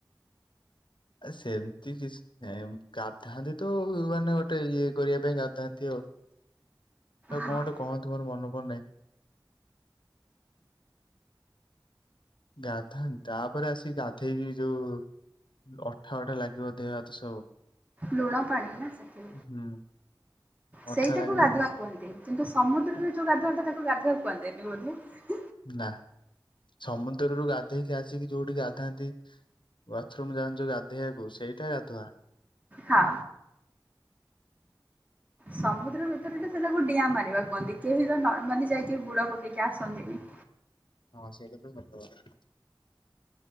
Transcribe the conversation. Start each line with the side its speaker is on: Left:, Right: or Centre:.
Left: ଏ ସେମିତି କିଛି ଏମ୍ ଗାଧାନ୍ତି ତ ମାନେ ଗୋଟେ ଇଏ କରିବା ପାଇଁ ଗାଧାନ୍ତି ଆଉ। ଆଉ
Right: ହଁ
Left: କଣ ଟେ କୁଅନ୍ତୁ ମୋର ମନେ ପଡ଼ୁ ନାଇଁ। ଗାଧାନ୍ତି ତାପରେ ଆସିିକି ଗାଧେଇକି ଯୋଉ ଅଠା ଅଠା ଲାଗିବ ଦେହ ହାତ ସବୁ।
Right: ଲୁଣ ପାଣି ନା ସେଠି
Left: ହୁଁ ଅଠା
Right: ସେଇଟାକୁ
Left: ଲାଗିବ
Right: ଗାଧୁଆ କୁହନ୍ତି କିନ୍ତୁ ସମୁଦ୍ରରେ ଯୋଉ ଗାଧୁଆଟା ତାକୁ ଗାଧୁଆ କୁହନ୍ତିିନି ବୋଧେ।
Left: ନା ସମୁଦ୍ରରୁ ଗାଧେଇକି ଆସିକି ଯୋଉଠି ଗାଧାନ୍ତି ୱାଥରୁମ ଯାଆନ୍ତି ଯୋଉ ଗାଧେଇବାକୁ ସେଇଟା ଗାଧୁଆ।
Right: ହଁ। ସମୁଦ୍ର ଭିତରେ ତ ସେଇଟାକୁ ଡିଆଁ ମାରିବା କୁହନ୍ତି କେହି ତ ନର୍ମାଲି ଯାଇକି ବୁଡ଼ ପକେଇକି ଆସନ୍ତିନି।
Left: ହଁ ସେଇଟା ତ ସତ କଥା।